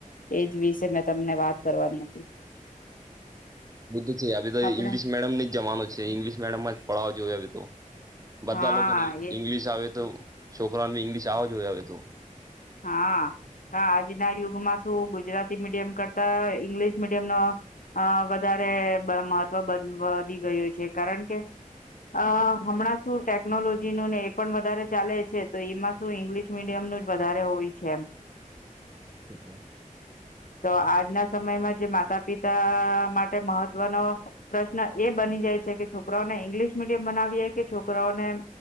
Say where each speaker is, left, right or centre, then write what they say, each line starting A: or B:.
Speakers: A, on the left; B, on the right.
A: એજ વિશે મેં તમને વાત કરવાની હતી
B: બધું છે તો
A: આપણે
B: ઇંગ્લિશ મીડિયમ જમાનું છે ઇંગ્લિશ મીડિયમ માં જ પડાવવા જોયું હવે તો બધા
A: હા
B: લોકોની
A: એજ
B: ઇંગ્લિશ આવે તો છોકરાને બી ઇંગ્લિશ આવો જ હોય હવે તો.
A: હા આજના યુગમાં શું ગુજરાતી મીડિયમ કરતા ઈંગ્લિશ મીડિયમ નો વધારે મહત્વ વધી ગયું છે કારણ કે અ હમણાં શું ટેકનોલોજી ન ને એ પણ વધારે ચાલે છે તો એમાં શું ઇંગ્લિશ મીડિયમનું વધારે હોય છે એમ.
B: <inaudible>
A: તો આજના સમયમાં જે માતા પિતા માટે મહત્વનો પ્રશ્ન એ બની જાય છે કે છોકરાઓને ઇંગ્લિશ મીડ બનાવીએ કે છોકરાઓને